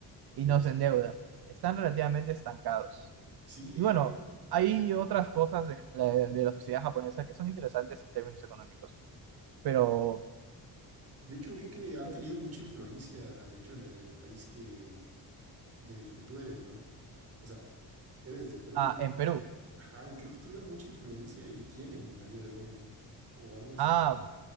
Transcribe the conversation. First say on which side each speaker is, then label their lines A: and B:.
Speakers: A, on the right; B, on the right.
A: y
B: Exacto.
A: no se endeuda. Están relativamente estancados.
B: Sí.
A: Y bueno, hay otras cosas de la, de la sociedad japonesa que son interesantes en términos económicos, pero
B: De hecho, vi que han
A: eh,
B: tenido mucha influencia, de hecho, en el, el país que, del que tú eres, ¿no? O sea, eres de Perú.
A: ah, en Perú.
B: Ajá, y creo que tuvieron mucha influencia y tienen a día de hoy, ¿no? O algo así.
A: Ah,